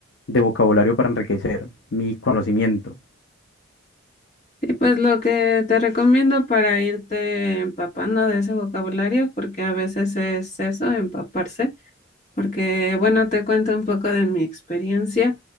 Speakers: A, on the left; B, on the left.
A: de vocabulario para enriquecer mi conocimiento?
B: Y pues lo que te recomiendo para irte empapando de ese vocabulario, porque a veces es eso, empaparse, porque bueno, te cuento un poco de mi experiencia,